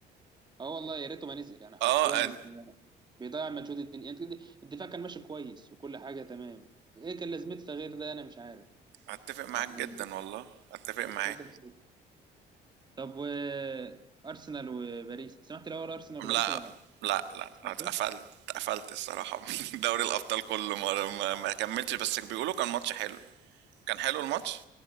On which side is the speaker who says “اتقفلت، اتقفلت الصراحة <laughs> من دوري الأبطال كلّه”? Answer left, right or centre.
Right